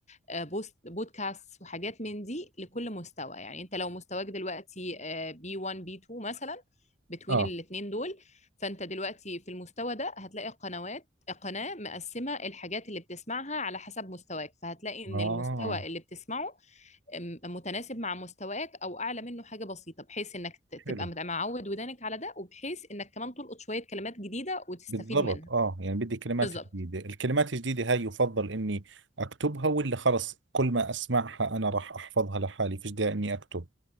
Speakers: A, on the left; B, on the right.
A: آه، بوست بودكاست وحاجات من دي لكل مستوى يعني انت لو مستواك دلوقتي آه، بي 1 بي 2 مثلا بتوين
B: اه
A: الاتنين دول فانت دلوقتي في المستوى ده هتلاقي قنوات قناة مقسمة الحاجات اللي بتسمعها على حسب مستواك فهتلاقي ان
B: اه
A: المستوى اللي بتسمعه م- متناسب مع مستواك او اعلى منه حاجه بسيطه بحيث انك ت- تبقى
B: حلو
A: مت- معود ودانك على ده وبحيث انك كمان تلقط شويه كلمات جديده وتستفيد
B: بالضبط
A: منها
B: اه يعني بدي كلمات
A: بالظبط
B: جديدة الكلمات الجديدة هاي يفضل اني اكتبها ولا خلص كل ما اسمعها انا راح احفظها لحالي فيش داعي اني اكتب